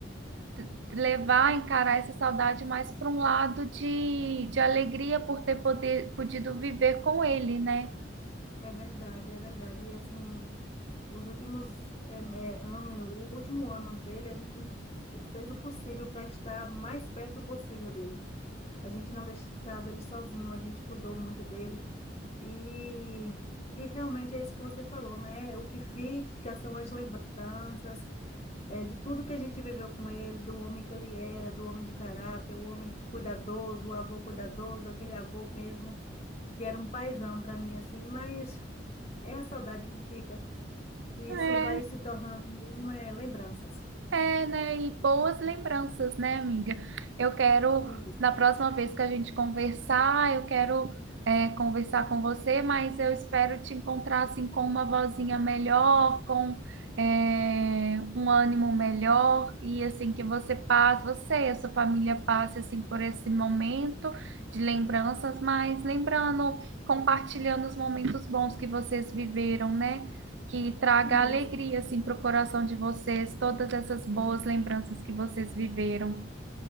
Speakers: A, on the right; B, on the left.
A: t- levar, encarar essa saudade mais para um lado de, de alegria por ter poder, podido viver com ele, né?
B: É verdade, é verdade. E assim, os últimos eh, eh, anos, o último ano dele, a gente fez o possível para estar mais perto possível dele. A gente não deixava ele sozinho, a gente cuidou muito dele. E, e realmente é isso que você falou, né? O que fica são as lembranças, eh, de tudo que a gente viveu com ele, do homem que ele era, do homem de caráter, o homem cuidadoso, o avô cuidadoso, aquele avô mesmo que era um paizão para mim, assim, mas é a saudade que fica. E
A: É,
B: isso vai se tornando mesmo é, lembranças.
A: É, né? E boas lembranças, né, amiga? Eu quero,
B: Isso,
A: na próxima vez que a gente conversar, eu quero, é, conversar com você, mas eu espero te encontrar assim com uma vozinha melhor, com, é, um ânimo melhor, e assim que você passe, você e a sua família passe assim por esse momento de lembranças, mas lembrando, compartilhando os momentos bons que vocês viveram, né? que traga
B: isso.
A: alegria assim para o coração de vocês, todas essas boas lembranças que vocês viveram.